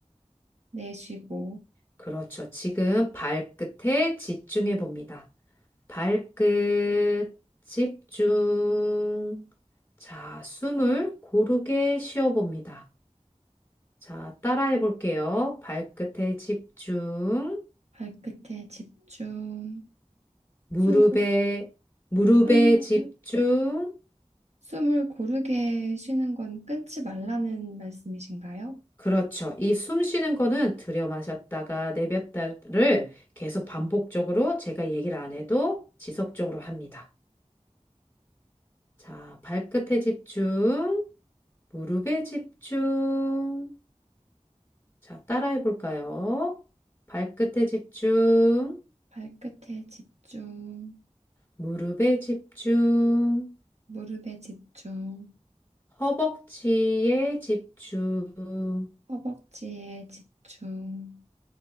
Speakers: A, on the right; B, on the left.
A: 내쉬고,
B: 그렇죠. 지금 발끝에 집중해 봅니다. 발끝 집중. 자, 숨을 고르게 쉬어 봅니다. 자, 따라해 볼게요. 발끝에 집중.
A: 발끝에 집중,
B: 무릎에,
A: 숨을,
B: 무릎에
A: 숨을,
B: 집중.
A: 숨을 고르게 쉬는 건 끊지 말라는 말씀이신가요?
B: 그렇죠. 이 숨 쉬는 거는 들여 마셨다가 내뱉다를 계속 반복적으로 제가 얘기를 안 해도 지속적으로 합니다. 자, 발끝에 집중, 무릎에 집중. 자, 따라해 볼까요? 발끝에 집중,
A: 발끝에 집중,
B: 무릎에 집중,
A: 무릎에 집중,
B: 허벅지에 집중,
A: 허벅지에 집중,